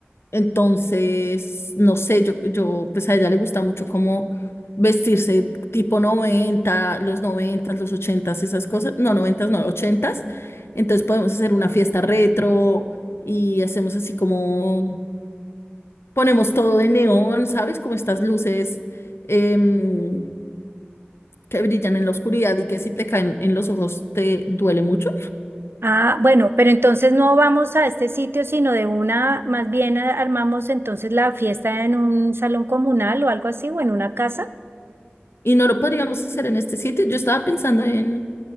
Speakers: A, on the left (about 75°); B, on the right (about 65°).
A: entonces, no sé, yo, yo, pues a ella le gusta mucho como vestirse tipo 90 los noventas los ochentas esas cosas. No, noventas no, ochentas Entonces podemos hacer una fiesta retro y hacemos así como, ponemos todo de neón, ¿sabes? Como estas luces. em, que brillan en la oscuridad y que si te caen en los ojos te duele mucho.
B: Ah, bueno, pero entonces no vamos a este sitio, sino de una, más bien a- armamos entonces la fiesta en un salón comunal o algo así, o en una casa.
A: Y no lo podríamos hacer en este sitio. Yo estaba pensando en